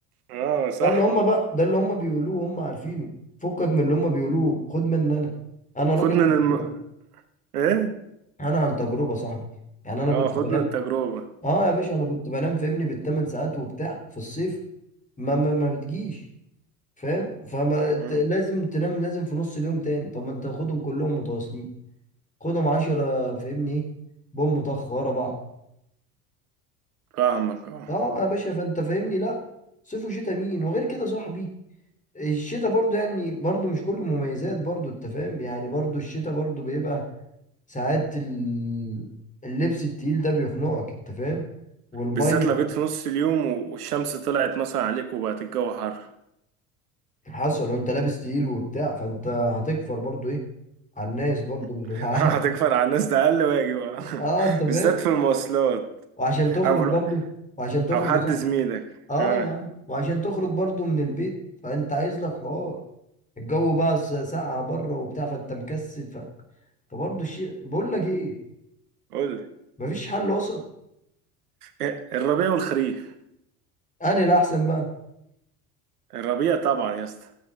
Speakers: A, on the right; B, on the left.
A: اه صح
B: ده اللي هم بقى ده اللي هم بيقولوه هم عارفينه فكك من اللي هم بيقولوه خد مني انا انا
A: خد
B: راجل
A: من
B: عن
A: الم...
B: تجربة
A: ايه
B: انا عن تجربه صاحبي يعني انا كنت
A: اه خد
B: بنام
A: من التجربة
B: اه يا باشا انا كنت بنام فاهمني بالثمان ساعات وبتاع في الصيف ما ما, ما بتجيش فاهم فما ت-
A: مم.
B: لازم تنام لازم في نص اليوم تاني طب ما انت خدهم كلهم متواصلين خدهم عشرة فاهمني ايه بوم طخ ورا بعض
A: فاهمك اه
B: اه يا باشا فانت فاهمني لا صيف وشتاء مين وغير كده صاحبي الشتاء برضو يعني برضو مش كله مميزات برضو انت فاهم يعني برضو الشتاء برضو بيبقى ساعات ال- اللبس التقيل ده بيخنقك انت فاهم والميه
A: بالذات لو جيت في نص اليوم و- والشمس طلعت مثلا عليك وبقت الجو حر
B: حصل وانت لابس تقيل وبتاع فانت هتكفر برضو ايه على الناس برضو اللي
A: <laughs>
B: <laughs> معاك
A: هتكفر على الناس ده اقل واجب <laughs>
B: اه انت فاهم
A: بالذات في المواصلات
B: وعشان تخرج
A: أو
B: برضو وعشان تخرج
A: او حد
B: صح
A: زميلك
B: اه
A: اه
B: يا عم وعشان تخرج برضو من البيت فانت عايز لك حوار الجو بقى س- ساقعة بره وبتاع فانت مكسل ف... فبرضو الشيء بقول لك ايه
A: قول لي
B: مفيش حل وسط
A: إيه، الربيع والخريف
B: انا الاحسن بقى
A: الربيع طبعا يا اسطى